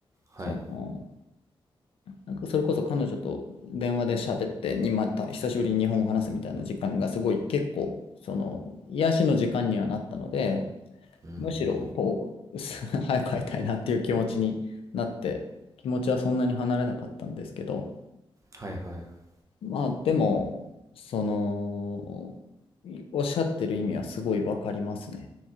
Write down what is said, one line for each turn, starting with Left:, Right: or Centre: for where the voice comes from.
Right: はい
Left: その、なんかそれこそ彼女と電話で喋って、にまた久しぶりに日本語を話すみたいな時間がすごい結構、その、癒しの時間にはなったので、
Right: うん
Left: むしろ、こう <laughs>、早く会いたいなっていう気持ちになって、気持ちはそんなに離れなかったんですけど、
Right: はいはい
Left: まあ、でも、その、いおっしゃってる意味はすごいわかりますね。